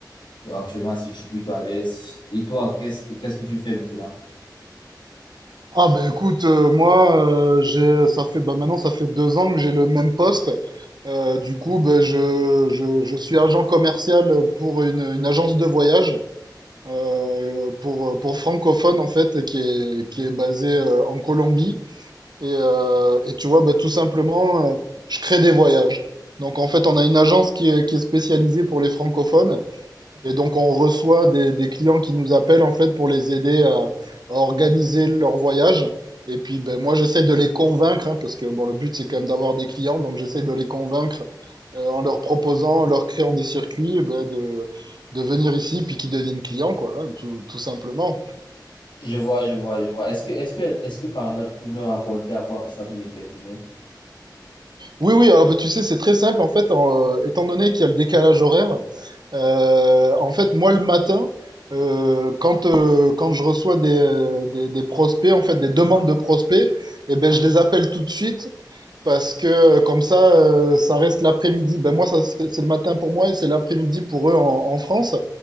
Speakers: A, on the left; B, on the right.
A: Donc actuellement, si je suis plutôt à l'aise. Et toi, qu'est-ce que, qu'est-ce que tu fais maintenant?
B: Ah bah écoute, euh, moi euh, j'ai ça fait bah maintenant ça fait deux ans que j'ai le même poste. Euh, du coup, bah, je, je, je suis agent commercial pour une, une agence de voyage euh, pour, pour francophones en fait qui est, qui est basée euh, en Colombie. Et, euh, et tu vois, bah, tout simplement, euh, je crée des voyages. Donc en fait, on a une agence qui est, qui est spécialisée pour les francophones. Et donc, on reçoit des, des clients qui nous appellent en fait pour les aider à, à organiser leur voyage. Et puis, ben, moi, j'essaie de les convaincre, hein, parce que bon, le but, c'est quand même d'avoir des clients. Donc, j'essaie de les convaincre euh, en leur proposant, en leur créant des circuits, ben, de, de venir ici, puis qu'ils deviennent clients, quoi, hein, tout, tout simplement.
A: Je vois, je vois, je vois. Est-ce que, est-ce que, est-ce que par là, tu peux me raconter à quoi ressemble une de tes journées?
B: Oui, oui, alors ben, tu sais, c'est très simple, en fait, en, euh, étant donné qu'il y a le décalage horaire, Euh, en fait, moi, le matin, euh, quand, euh, quand je reçois des, euh, des, des prospects, en fait, des demandes de prospects, eh ben, je les appelle tout de suite parce que euh, comme ça, euh, ça reste l'après-midi. Ben moi, ça, c'est c'est le matin pour moi et c'est l'après-midi pour eux en, en France.